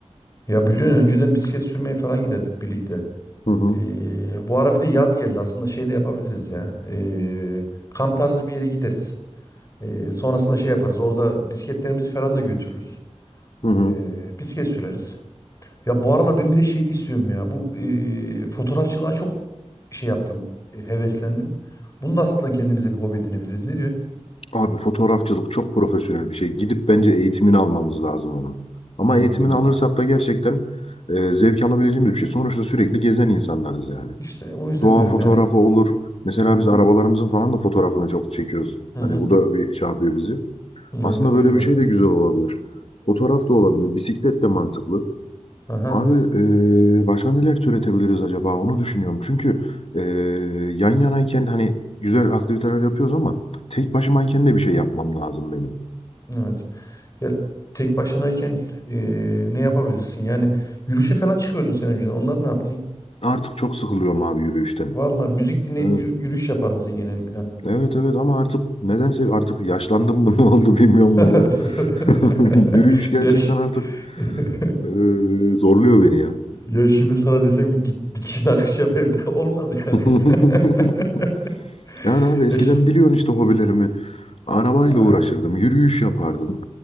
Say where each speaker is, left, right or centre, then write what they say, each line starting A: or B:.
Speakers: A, on the left; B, on the left.
A: Ya biliyorsun önceden bisiklet sürmeye falan giderdik birlikte.
B: Hı hı.
A: Ee, bu ara bir de yaz geldi. Aslında şey de yapabiliriz ya. Ee, kamp tarzı bir yere gideriz. Ee, sonrasında şey yaparız. Orada bisikletlerimizi falan da götürürüz.
B: Hı hı.
A: Ee, bisiklet süreriz. Ya bu aralar ben bir de şey de istiyorum ya. Bu ee, fotoğrafçılığa çok şey yaptım. e, heveslendim. Bunu da aslında kendimize bir hobi edinebiliriz. Ne diyorsun?
B: Abi fotoğrafçılık çok profesyonel bir şey. Gidip bence eğitimini almamız lazım onun. Ama
A: Hmm.
B: eğitimini alırsak da gerçekten e, zevk alabileceğimiz bir şey. Sonuçta sürekli gezen insanlarız yani.
A: İşte o yüzden
B: Doğa
A: diyorum
B: fotoğrafı
A: yani.
B: olur. Mesela
A: Hı hı.
B: biz arabalarımızın falan da fotoğrafını çok çekiyoruz.
A: Hı hı.
B: Hani bu da bir şey yapıyor bizi.
A: Aynen
B: Aslında böyle
A: öyle.
B: bir şey de güzel olabilir. Fotoğraf da olabilir. Bisiklet de mantıklı.
A: Aha.
B: Abi eee başka neler türetebiliriz acaba? Onu düşünüyorum. Çünkü eee, yan yanayken hani güzel aktiviteler yapıyoruz ama tek başımayken de bir şey yapmam lazım benim.
A: Evet. Ya tek başınayken eee, ne yapabilirsin? Yani yürüyüşe falan çıkıyordun sen önceden. Onlar ne yaptın?
B: Artık çok sıkılıyorum abi yürüyüşten.
A: Valla müzik dinleyip
B: Evet.
A: yürü- yürüyüş yapardın sen genellikle.
B: Evet evet ama artık nedense artık yaşlandım mı <laughs> ne oldu bilmiyorum
A: <laughs>
B: valla. <laughs> Yürüyüş gerçekten
A: Yaş.
B: artık
A: <laughs>
B: eee, zorluyor beni ya.
A: Ya şimdi sana desem ki git dikişine akış yap evde <laughs> olmaz yani.
B: <laughs>
A: <laughs>
B: Yani abi eskiden
A: Yaş.
B: biliyorsun işte hobilerimi. Arabayla
A: Ha,
B: uğraşırdım, yürüyüş yapardım.